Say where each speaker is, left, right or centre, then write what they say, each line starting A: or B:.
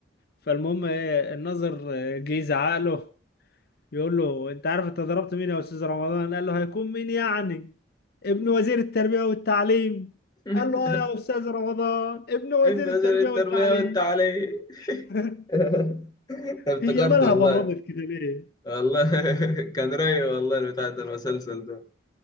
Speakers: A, on the left; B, on the left.
A: فالمهم ايه الناظر آه، جه يزعق له بيقول له انت عارف انت ضربت مين يا استاذ رمضان قال له هيكون مين يعني ابن وزير التربية والتعليم
B: <laughs>
A: قال له اه يا استاذ رمضان ابن وزير
B: ابن
A: التربية
B: وزير التربية
A: والتعليم
B: وانت عليه
A: <laughs>
B: <laughs> افتكرت
A: هي مالها
B: والله
A: بردت كده ليه
B: والله <laughs> كان رايق والله بتاع ده المسلسل ده